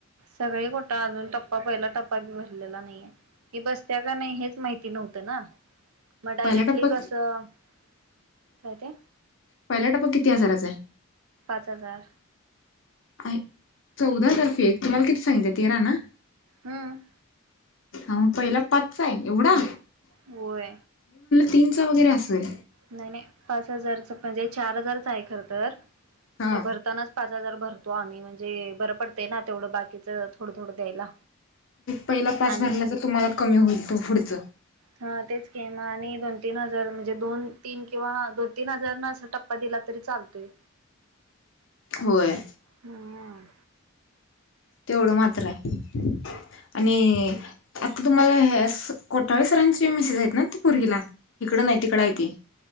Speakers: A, on the right; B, on the left.
A: सगळे कोठ अजून टप्पा पहिला टप्पा बी भरलेला नाहीये की बसत्या का नाही हेच माहिती नव्हतं ना मग डायरेक्टली
B: पहिला टप्पा
A: कस काय ते
B: पहिला टप्पा किती हजाराचा आहे
A: पाच हजार
B: आहे चौदा तारफे एक तुम्हाला किती सांगित तेरा ना
A: हम्म
B: हा मग पहिला पाचच आहे एवढा
A: होय
B: तीनच वगैरे असेल
A: नाही पाच हजार म्हणजे चार हजारच आहे खर तर
B: हा
A: भरतानाच पाच हजार भरत तो आम्ही म्हणजे बरं पडते ना तेवढं बाकीचं थोडं थोडं द्यायला
B: पहिला पाच
A: आणि
B: भरला तर तुम्हाला कमी होईल त पुढच
A: हा तेच गेम आणि दोन तीन हजार म्हणजे दोन तीन किंवा दोन तीन हजार न असा टप्पा दिला तरी चालतोय
B: होय.
A: हम्
B: तेवढं मात्र आहे आणि आता तुम्हाला ह्या कोठाळे सरांचीे मिसेस आहेत ना ते पोरगीला तिकड नाही तिकड य ते